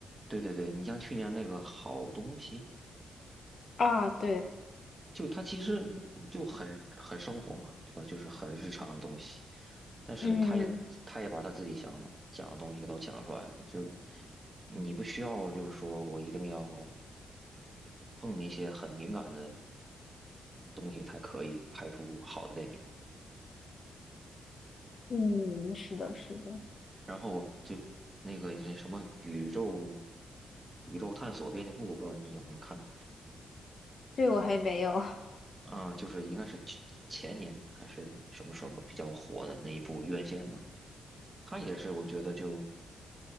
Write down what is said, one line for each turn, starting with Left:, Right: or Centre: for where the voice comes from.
Right: 对对对，你像去年那个好东西。
Left: 啊，对，
Right: 就他其实就很很生活嘛，对吧？就是很日常的东西，但是他也他也把他自己想讲的东西都讲出来了，
Left: 嗯
Right: 就你不需要就是说我一定要碰那些很敏感的东西才可以拍出好的电影，
Left: 嗯，是的，是的，
Right: 然后就那个那什么宇宙宇宙探索编辑部，我不知道你有没有看。
Left: 这我还没有。
Right: 啊，就是应该是去前年还是什么时候比较火的那一部《院线》嘛，他也是我觉得就